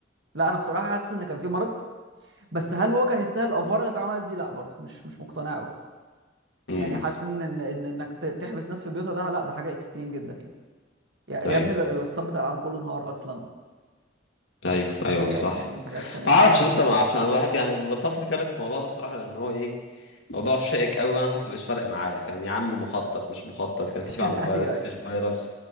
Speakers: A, on the right (about 65°); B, on the left (about 80°).
A: لا انا بصراحه حاسس ان كان في مرض بس هل هو كان يستاهل الافوار اللي اتعملت دي لا برضه مش مش مقتنع قوي
B: امم
A: يعني حاسس ان ان إن انك ت- تحبس ناس في بيوتها ده لا ده حاجه اكستريم جدا يعني يا يا
B: ايوه.
A: ابني ال- الاقتصاد بتاع العالم كله انهار اصلا
B: ايوه ايوه
A: حاجات
B: صح
A: يعني حاجات كانت
B: ما اعرفش
A: صعبه
B: بص انا ما اعرفش انا بحب يعني بطلت اتكلم في الموضوع ده الصراحه لان هو ايه موضوع شائك قوي وانا خلاص مبقاش فارق معايا فاهم يا عم مخطط مش مخطط كان في
A: <laughs>
B: فعلا فيروس
A: ايوه ايوه
B: مفيش فيروس